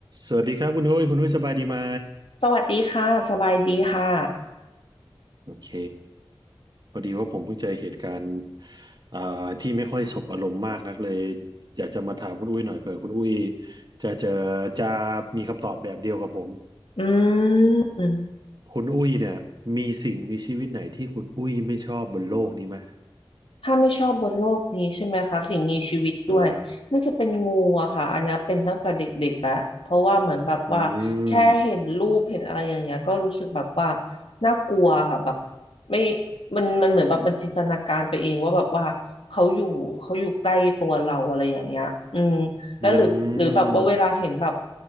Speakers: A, on the right; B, on the left.
A: สวัสดีครับคุณหุ้ยคุณหุ้ยสบายดีไหม
B: สวัสดีค่ะ สบายดีค่ะ
A: โอเคพอดีว่าผมเพิ่งเจอเหตุการณ์อ่าที่ไม่ค่อยสบอารมณ์มากนักเลยอยากจะมาถามคุณอุ้ยหน่อยเผื่อคุณอุ้ยจะเจอจะมีคำตอบแบบเดียวกับผม
B: อืม
A: คุณอุ้ยเนี่ยมีสิ่งมีชีวิตไหนที่คุณอุ้ยไม่ชอบบนโลกนี้ไหม
B: ถ้าไม่ชอบบนโลกนี้ใช่ไหมคะสิ่งมีชีวิตด้วยน่าจะเป็นงูอะค่ะอันเนี้ยเป็นตั้งแต่เด็กๆแล้วเพราะว่าเหมือนแบบว่าแค่เห็นรูปเห็นอะไรอย่างเงี้ยก็รู้สึกแบบว่า
A: อ่าอืม
B: น่ากลัวค่ะแบบไม่มันมันเหมือนแบบมันจินตนาการไปเองว่าแบบว่าเขาอยู่เขาอยู่ใกล้ตัวเราอะไรอย่างเงี้ยอืมแล้วหรือหรือแบบว่าเวลาเห็นแบบ
A: อืม